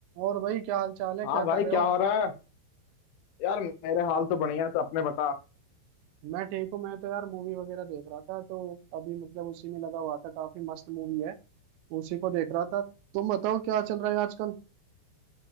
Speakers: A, on the right; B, on the left.
A: और भाई क्या हाल चाल है
B: हाँ
A: क्या
B: भाई
A: कर रहे
B: क्या
A: हो
B: हो रहा है यार मेरे हाल तो बढ़िया है तो अपने बता
A: मैं ठीक हूँ मैं तो यार मूवी वगैरह देख रहा था तो अभी मतलब उसी में लगा हुआ था काफी मस्त मूवी है उसी को देख रहा था तुम बताओ क्या चल रहा है आजकल